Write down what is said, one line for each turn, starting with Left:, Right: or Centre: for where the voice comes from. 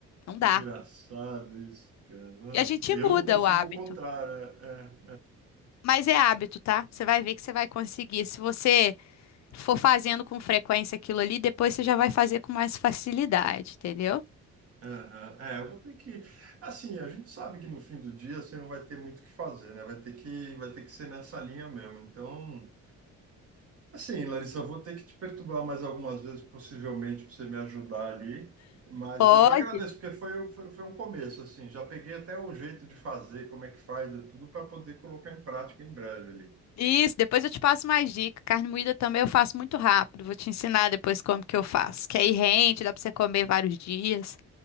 Left: Não dá.
Right: Engraçado isso, cara. Nossa,
Left: E a gente
Right: eu
Left: muda
Right: não consigo
Left: o hábito.
Right: o contrário. É,
Left: Mas é hábito, tá? Você vai ver que você vai conseguir. Se você for fazendo com frequência aquilo ali, depois você já vai fazer com mais facilidade, entendeu?
Right: é, é, é, é, é, eu vou ter que. Assim, a gente sabe que no fim do dia você não vai ter muito o que fazer, né? Vai ter que, vai ter que ser nessa linha mesmo. Então, assim, Larissa, eu vou ter que te perturbar mais algumas vezes, possivelmente, para você me ajudar ali. Mas
Left: Pode.
Right: eu já agradeço, porque foi, foi, foi um começo, assim. Já peguei até o jeito de fazer, como é que faz, tudo para poder colocar em prática em breve ali.
Left: Isso, depois eu te passo mais dicas. Carne moída também eu faço muito rápido. Vou te ensinar depois como que eu faço. Que aí rende, dá pra você comer vários dias.